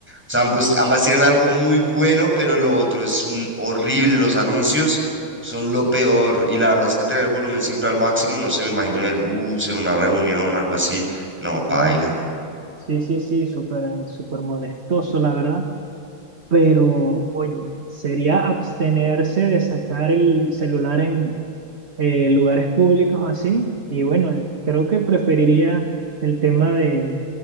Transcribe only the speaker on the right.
no. Sí, sí, sí, súper, súper molestoso, la verdad. Pero, oye, sería abstenerse de sacar el celular en eh, lugares públicos así. Y bueno, creo que preferiría el tema de